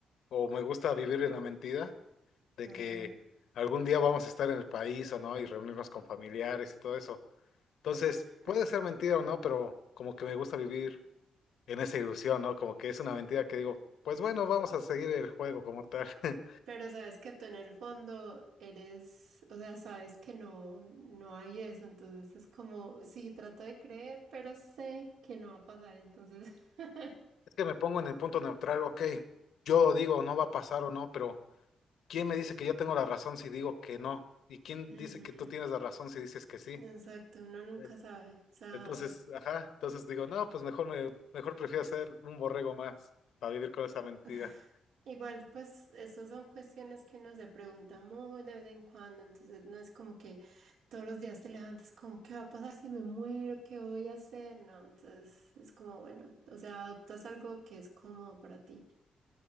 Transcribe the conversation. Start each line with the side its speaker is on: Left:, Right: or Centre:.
Left: o me gusta vivir en la mentira de
Right: ajá.
Left: que algún día vamos a estar en el país o no y reunirnos con familiares y todo eso. Entonces,
Right: <laughs>
Left: puede ser mentira o no, pero como que me gusta vivir en esa ilusión, ¿no? Como que es una mentira que digo, pues bueno, vamos a seguir el juego como tal. <laughs>
Right: Pero sabes que tú en el fondo eres, o sea, sabes que no, no hay eso, entonces es como, sí, trato de creer, pero sé que no va a pasar, entonces. <laughs>
Left: Es que me pongo en el punto neutral, ok, yo lo digo, no va a pasar o no, pero ¿quién me dice que yo tengo la razón si digo que no? ¿Y quién
Right: Ujú,
Left: dice que tú tienes la razón si dices que sí?
Right: Exacto, uno nunca
Left: Eh,
Right: sabe, o sea,
Left: Entonces, ajá, entonces digo, no, pues mejor me, mejor prefiero ser un borrego más para vivir con esa mentira.
Right: <laughs> Igual, pues, esas son cuestiones que uno se pregunta muy de vez en cuando, entonces no es como que todos los días te levantes como, ¿qué va a pasar si me muero? ¿Qué voy a hacer? No, entonces es como, bueno, o sea, adoptas algo que es cómodo para ti.